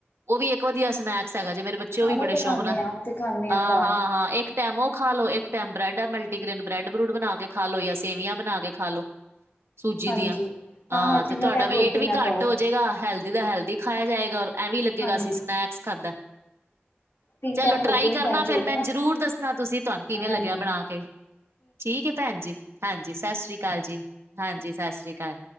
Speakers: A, on the right (about 90°); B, on the left (about 65°).
A: ਉਹ ਵੀ ਇੱਕ ਵਧੀਆ ਸਨੈਕਸ ਹੈਗਾ ਜੇ, ਮੇਰੇ ਬੱਚੇ
B: ਹਾਂ
A: ਉਹ ਵੀ ਬੜੇ
B: ਤੇ ਖਾਂਦੇ
A: ਸ਼ੌਕ ਨਾ
B: ਹਾਂ ਉਹ ਤੇ ਖਾਂਦੇ
A: ਹਾਂ-ਹਾਂ-ਹਾਂ,
B: ਹਾਂ ਘਰ
A: ਇੱਕ ਇੱਕ ਟੈਮ ਓਹ ਖਾ ਲੋ ਇੱਕ ਟੈਮ ਬ੍ਰੈਡ ਆ ਮਲਟੀਗ੍ਰੇਨ ਬ੍ਰੈਡ ਬਰੂਡ ਬਣਾ ਕੇ ਖਾ ਲੋ, ਜਾਂ ਸੇਵੀਆਂ ਬਣਾ ਕੇ ਖਾ ਲੋ ਸੂਜੀ
B: ਹਾਂਜੀ
A: ਦੀਆਂ ਹਾਂ
B: ਤਿੰਨੋ
A: ਤੇ ਤੁਹਾਡਾ
B: ਟਾਈਮ
A: ਵੇਟ
B: ਰੋਟੀ
A: ਵੀ
B: ਨਾ
A: ਘੱਟ
B: ਖਾਓ
A: ਹੋ ਜਾਏਗਾ ਹੈਲਥ ਜਿਹਦਾ ਹੈਲਦੀ ਖਾਇਆ ਜਾਏਗਾ ਐਵੀ ਲੱਗੇਗਾ
B: ਹਾਂਜੀ
A: ਅਸੀਂ ਸਨੈਕਸ ਖਾਦਾ।
B: ਤਿੰਨ
A: ਚਲੋ
B: ਟਾਈਮ ਰੋਟੀ
A: ਟਰਾਈ
B: ਨਹੀਂ
A: ਕਰਨਾ
B: ਖਾਣੀ ਚਾਹੀਦੀ
A: ਫਿਰ ਮੈਂ
B: ਨਾ
A: ਜ਼ਰੂਰ ਦੱਸਣਾ ਤੁਸੀਂ ਤੁਹਾਨੂੰ ਕਿਵੇਂ
B: ਹਾਂਜੀ
A: ਲੱਗਿਆ ਬਣਾ ਕੇ। ਠੀਕ ਏ ਭੈਣ ਜੀ ਹਾਂਜੀ ਸਤਿ ਸ਼੍ਰੀ ਅਕਾਲ ਜੀ ਹਾਂਜੀ ਸਤਿ ਸ਼੍ਰੀ ਅਕਾਲ।